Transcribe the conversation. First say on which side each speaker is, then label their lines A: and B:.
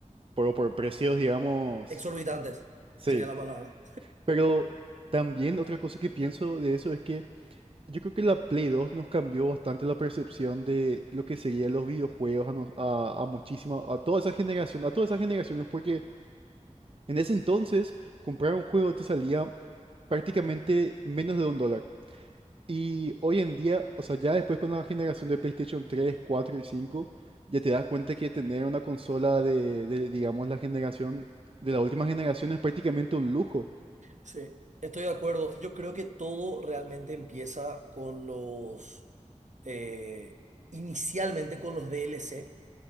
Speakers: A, on the right (about 45°); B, on the right (about 65°).
A: pero por precios, digamos,
B: Exorbitantes
A: sí.
B: sería la palabra.
A: Pero también otra cosa que pienso de eso es que Yo creo que la Play 2 nos cambió bastante la percepción de lo que serían los videojuegos a, nos- a, a muchísima, a toda esa generación, a todas esas generaciones, porque en ese entonces comprar un juego te salía prácticamente menos de un dólar. Y hoy en día, o sea, ya después con la generación de PlayStation tres, cuatro y cinco ya te das cuenta que tener una consola de, de, digamos, la generación, de la última generación es prácticamente un lujo.
B: Sí, estoy de acuerdo. Yo creo que todo realmente empieza con los, eh, inicialmente con los DLC.